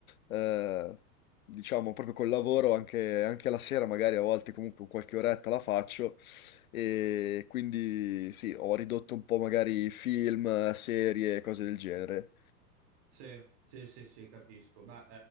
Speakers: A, on the left (about 60°); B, on the right (about 45°).
A: eh, diciamo proprio col lavoro anche, anche la sera, magari a volte comunque qualche oretta la faccio. E quindi sì, ho ridotto un po' magari film, serie, cose del genere.
B: Sì, sì, sì, sì, capisco, ma